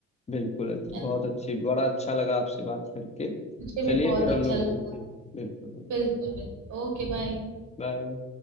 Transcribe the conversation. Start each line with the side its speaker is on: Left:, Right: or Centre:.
Left: बिल्कुल अच्छ-
Right: है
Left: बहुत
Right: ना
Left: अच्छी बड़ा अच्छा लगा आपसे बात करके
Right: मुझे भी
Left: चलिए
Right: बहुत
Left: फिर
Right: अच्छा
Left: हम लोग
Right: लगा
Left: मिलते हैं बिल्कुल बिल्कुल
Right: बिल्कुल बिल्कुल ओके बाय
Left: बाय